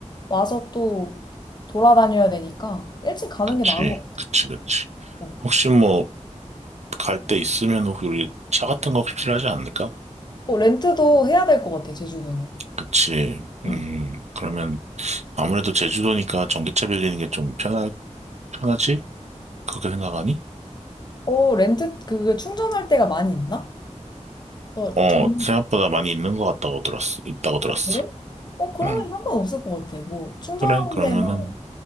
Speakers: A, on the left; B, on the right.
A: 와서 또 돌아다녀야 되니까 일찍 가는
B: 그치,
A: 게 나은 것 같아.
B: 그치, 그치.
A: 어,
B: 혹시 뭐, 갈 때 있으면 혹시 우리 차 같은 거 혹시 필요하지 않을까?
A: 어, 렌트도 해야 될 것 같아, 제주도는.
B: 그치.
A: 응.
B: 음, 그러면 아무래도 제주도니까 전기차 빌리는 게 좀 편하, 편하지? 그렇게 생각하니?
A: 어, 렌트 그게 충전할 데가 많이 있나? 너
B: 어,
A: 전...
B: 생각보다 많이 있는 것 같다고 들었어. 있다고 들었어.
A: 그래? 어, 그러면
B: 음.
A: 상관없을 것 같아. 뭐 충전하는
B: 그래, 그러면은
A: 데만